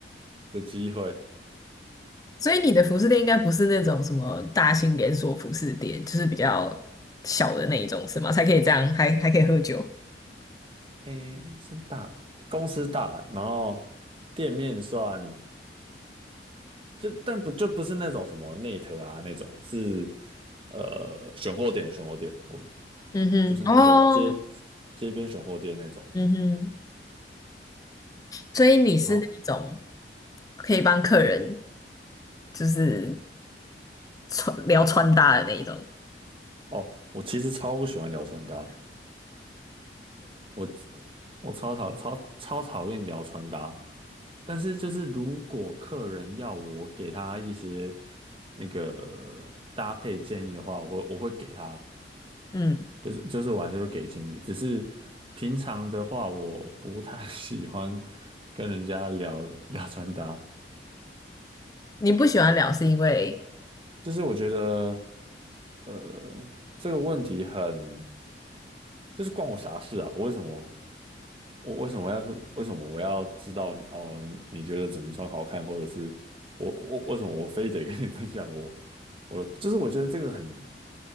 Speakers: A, on the right (about 30°); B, on the left (about 20°).
A: 的机会。
B: 所以你的服饰店应该不是那种什么大型连锁服饰店，就是比较小的那一种，是吗？才可以这样，还还可以喝酒。
A: 诶，应该算大，公司大，然后店面算就但不就不是那种什么内特啊那种，是呃选货点选货点我
B: 嗯哼，
A: 就是那种街
B: 哦，
A: 街边选货店那种。
B: 嗯哼，所以你是那一种
A: 然后
B: 可以帮客人就是穿聊穿搭的那一种。
A: 哦，我其实超不喜欢聊穿搭，我我超讨超超讨厌聊穿搭。但是就是如果客人要我给他一些那个搭配建议的话，我会我会给他，
B: 嗯，
A: 就是就是我还是会给建议。只是平常的话，我不太 <laughs> 喜欢跟人家聊聊穿搭，
B: 你不喜欢聊是因为
A: 就是我觉得呃这个问题很。就是关我啥事啊？我为什么我为什么要为什么我要知道哦？你觉得怎么穿好看，或者是我我为什么我非得跟你 <laughs> 分享我我的？就是我觉得这个很